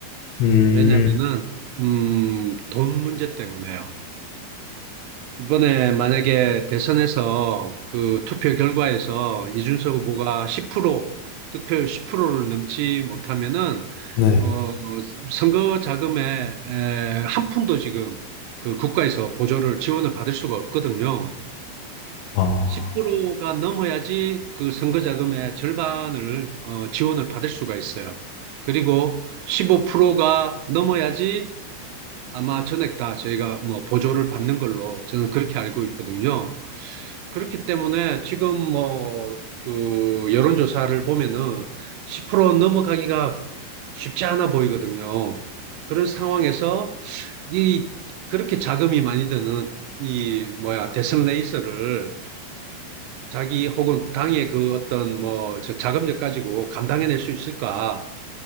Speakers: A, on the left; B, on the right.
A: 음,
B: 왜냐면은, 음, 돈 문제 때문에요. 이번에 만약에 대선에서 그 투표 결과에서 이준석 후보가 10% 득표율 10%를 넘지 못하면은
A: 네.
B: 어 선거 자금에 에, 한 푼도 지금 그 국가에서 보조를 지원을 받을 수가 없거든요.
A: 어.
B: 10%가 넘어야지 그 선거 자금의 절반을 어, 지원을 받을 수가 있어요. 그리고 15%가 넘어야지 아마 전액 다 저희가 뭐 보조를 받는 걸로 저는 그렇게 알고 있거든요. 그렇기 때문에 지금 뭐 그 여론조사를 보면은 10% 넘어가기가 쉽지 않아 보이거든요. 그런 상황에서 이 그렇게 자금이 많이 드는 이 뭐야 대선 레이스를 자기 혹은 당의 그 어떤 뭐 저 자금력 가지고 감당해낼 수 있을까?